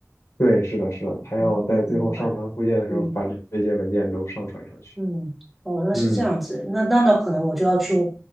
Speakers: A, on the left; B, in the centre.
A: 对，是的，是的，它要在最后上传附件的时候把这这些文件都上传上去。
B: 哦，我明白了。嗯。嗯，哦，那是这样子，
A: 嗯。
B: 那那那可能我就要去